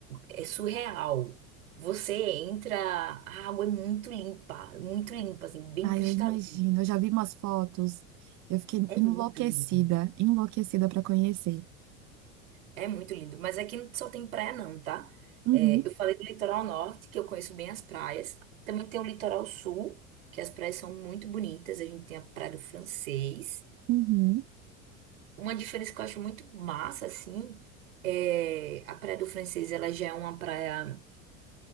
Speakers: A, on the right (about 80°); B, on the right (about 45°).
A: é surreal. Você entra, a água é muito limpa, muito limpa, assim, bem
B: Ai,
A: cristalina.
B: eu imagino. Eu já vi umas fotos. Eu fiquei
A: É
B: enlouquecida,
A: muito lindo,
B: enlouquecida pra conhecer.
A: é muito lindo. Mas aqui não só tem praia, não, tá?
B: Uhum,
A: É, eu falei do litoral norte, que eu conheço bem as praias. Também tem o litoral sul, que as praias são muito bonitas. A gente tem a Praia do Francês.
B: uhum,
A: Uma diferença que eu acho muito massa, assim, é a Praia do Francês, ela já é uma praia